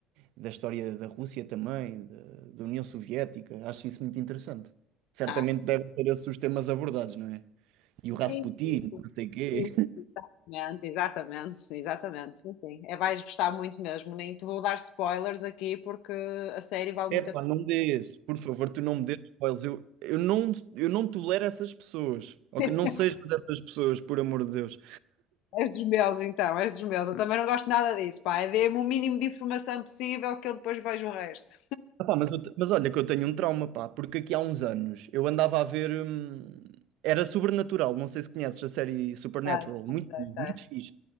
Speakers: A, on the right (about 70°); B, on the left (about 65°).
A: da história da Rússia também, da, da União Soviética, acho isso muito interessante. Certamente
B: Ah,
A: devem ser esses os temas abordados, não é? E
B: sim,
A: o Rasputin,
B: sim,
A: não sei quê.
B: sim, exatamente, exatamente, sim, exatamente, sim, sim. É, vais gostar muito mesmo. Nem te vou dar spoilers aqui porque a série vale
A: Epá,
B: muito a
A: não me dês, por favor, tu não me dês spoilers. Eu, eu não, eu não tolero essas pessoas. ok?
B: pena.
A: Não
B: <laughs>
A: sejas dessas pessoas, por amor de Deus.
B: És dos meus, então, és dos meus. Eu também não gosto nada disso, pá. É Dê-me o mínimo de informação possível que eu depois vejo o resto.
A: Ah, pá, mas, eu te- mas olha que eu tenho um trauma, pá, porque aqui há uns anos eu andava a ver. hum, era Sobrenatural, não sei se conheces a série Supernatural,
B: Sei, sei,
A: muito,
B: sei,
A: bom,
B: sei.
A: muito fixe.